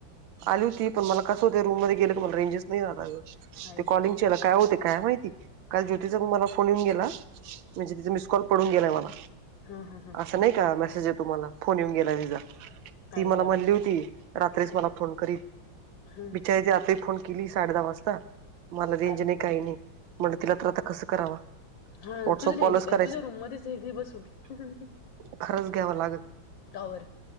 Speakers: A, on the right; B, on the left.
A: आली होती. पण मला कसं होत रूम मध्ये गेलं तर मला रेंजच नाही राहत अग.
B: आई
A: ते
B: देवा
A: कॉलिंगच्या याला काय होते. काय माहिती, काल ज्योतिचा पण मला फोन येऊन गेला. म्हणजे तीच मिस कॉल पडून गेलाय मला.
B: हम हम हम
A: असं नाही का मेसेज येतो मला फोन येऊन गेला तिचा ती
B: आई
A: मला
B: देवा
A: म्हणली होती. रात्रीच मला फोन करील.
B: हम्म
A: बिचारीचा रात्री फोन केली साडे दहा वाजता. मला रेंज
B: अरे
A: नाही
B: देवा
A: काही नाही म्हण तिला तर आता कसं करावा.
B: हा
A: व्हॉट्सअप
B: तुझ रेंज
A: कॉलच करायचं
B: तुझ्या रूम मध्येच हे घे बसवून.
A: खरंच घ्यावं लागल.
B: टॉवर.